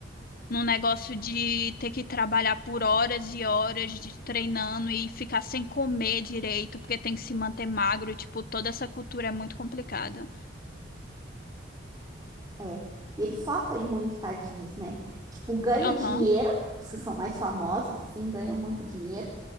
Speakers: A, on the left; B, on the right.
A: num negócio de ter que trabalhar por horas e horas de treinando e ficar sem comer direito, porque tem que se manter magro. Tipo, toda essa cultura é muito complicada.
B: É. E eles sofrem muito, tadinhos, né? Tipo, ganha
A: Aham.
B: dinheiro, os que são mais famosos, assim, ganham muito dinheiro,